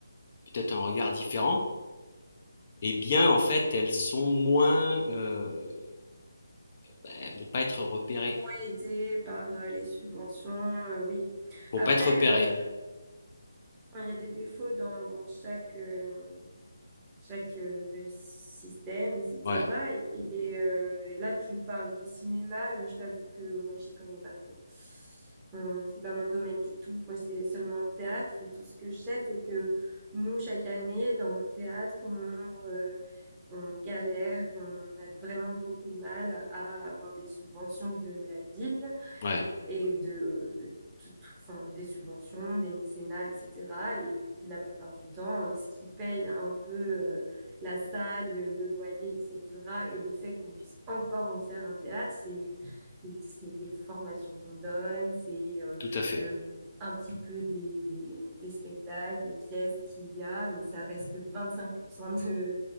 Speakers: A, on the left; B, on the right.
A: peut-être un regard différent, Eh bien, en fait, elles sont moins, heu, bah, elles vont pas être repérées.
B: Ont aidé par euh, les subventions, euh, oui.
A: Vont
B: Après,
A: pas être repérées.
B: euh, enfin, il y a des défauts dans, dans chaque euh, chaque euh, système, etc.
A: Ouais,
B: Et euh, là, tu parles du cinéma. euh, je t'avoue que moi, j'y connais pas trop. Euh, c'est pas mon domaine du tout. Moi, c'est seulement le théâtre. Et tout ce que je sais, c'est que nous, chaque année, dans mon théâtre, on, euh, on galère. On a vraiment beaucoup de mal à avoir des subventions de la ville
A: ouais,
B: et de, de tout- tout- enfin, des subventions, des mécénats, etc. Et que la plupart du temps, euh, ce qui paye un peu euh, la salle, le, le loyer, etc. Et le fait qu'on puisse encore en faire un théâtre, c'est ju- c'est les formations qu'on donne, c'est euh,
A: tout à fait.
B: euh, un petit peu des, des, des spectacles, des pièces qu'il y a, mais ça reste que 25% de,